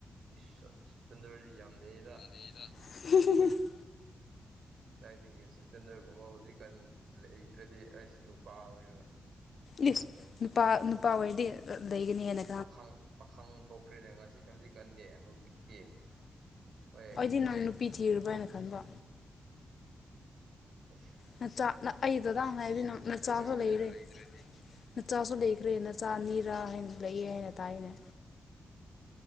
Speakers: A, on the right; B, on the left.
A: ꯑꯁ ꯁꯁꯄꯦꯟꯗꯔꯗꯤ ꯌꯥꯝ ꯂꯩꯗ
B: <inaudible>
A: ꯑꯗꯨꯗꯥꯏꯗꯒꯤ ꯁꯁꯄꯦꯟꯗꯔꯒꯨꯝꯕ ꯍꯧꯖꯤꯛꯀꯥꯟ ꯂꯩꯇ꯭ꯔꯗꯤ ꯑꯁ ꯅꯨꯄꯥ ꯑꯣꯏꯔꯒ
B: ꯌꯦꯁ ꯅꯨꯄꯥ ꯅꯨꯄꯥ ꯑꯣꯏꯔꯗꯤ ꯂꯩꯒꯅꯤꯅ
A: ꯄꯥꯈꯪ ꯄꯥꯈꯪ ꯊꯣꯛꯈ꯭ꯔꯦꯅꯦ ꯉꯁꯤ ꯍꯧꯖꯤꯛꯀꯥꯟꯗꯤ ꯍꯧꯖꯤꯛꯇꯤ ꯍꯣꯏ
B: ꯁꯤ ꯅꯪ ꯅꯨꯄꯤ ꯊꯤꯔꯨꯔꯕ꯭ꯔ ꯍꯥꯏꯅ ꯈꯟꯕ
A: ꯑ
B: ꯅꯆꯥ ꯑꯩꯗꯗꯥ ꯍꯥꯏꯕꯤꯅ ꯅꯆꯥꯁꯨ
A: ꯂꯩꯗ꯭ꯔꯗꯤ
B: ꯂꯩꯔꯦ ꯅꯆꯥꯁꯨ ꯂꯩꯈ꯭ꯔꯦ ꯅꯆꯥ ꯑꯅꯤꯔꯥ ꯍꯥꯏꯅ ꯂꯩꯑꯦ ꯍꯥꯏꯅ ꯇꯥꯏꯅꯦ